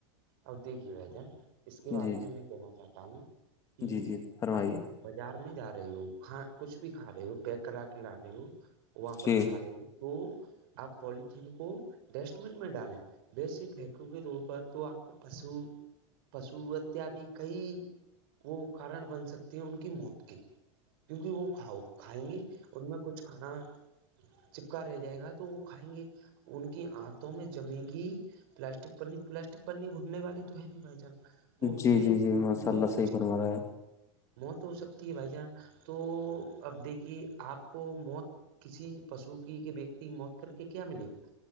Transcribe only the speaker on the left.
جی
جی جی فرمائیے
جی
جی
جی جی
ماشاء
اللہ
صحیح
فرما رہا